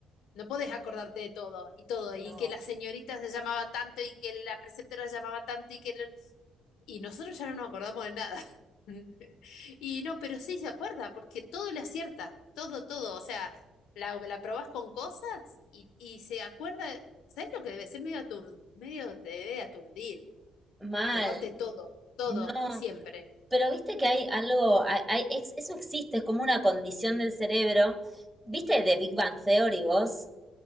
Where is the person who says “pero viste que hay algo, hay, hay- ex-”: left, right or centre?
Centre